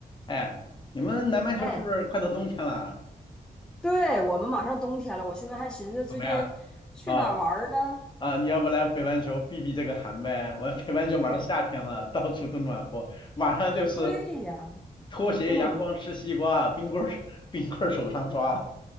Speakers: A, on the left (about 30°); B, in the centre.
A: 哎，你们南半球是不是快到冬天了？
B: 哎，对，我们马上冬天了，我现在还寻思最近去哪儿玩儿呢？
A: 怎么样？啊啊，你要不来北半球避避这个寒呗？我北半球马上夏天了，
B: 对，
A: 到处都暖和，马上就是
B: 对呀，
A: 拖鞋、
B: 嗯，
A: 阳光、吃西瓜，冰棍儿、<laughs> 冰棍儿手上抓。